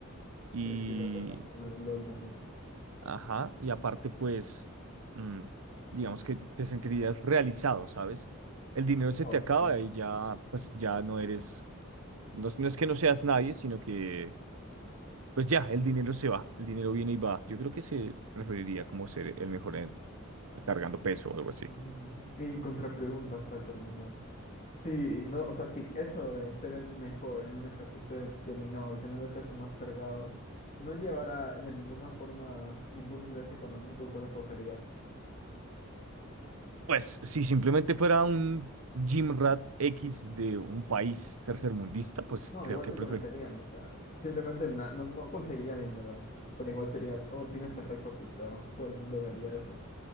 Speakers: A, on the right (about 85°); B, on the left (about 35°).
A: Y,
B: Sí, sí, lo que hablamos de LOL también.
A: ajá, y aparte, pues, mm, digamos que te sentirías realizado, ¿sabes? El dinero se
B: Oh,
A: te
B: eso
A: acaba
B: sí.
A: y ya, pues, ya no eres, no, es- no es que no seas nadie, sino que Pues ya, el dinero se va, el dinero viene y va. Yo creo que se referiría como ser el mejor en- cargando peso o algo así.
B: Ujú. Y contrapregunta para terminar. Sí, no, o sea, sí, eso de ser el mejor en un ejercicio determinado y tener el peso más cargado, no llevará de ninguna forma ningún ingreso económico, ¿cuál escogerías?
A: Pues si simplemente fuera un gym rat X de un país tercermundista, pues
B: No,
A: creo
B: igual
A: que
B: te
A: prefer...
B: conocerían, o sea, simplemente na- no, no conseguirías dinero de eso, pero igual serías, oh, tienes el récord y todo, todo el mundo hablaría de eso.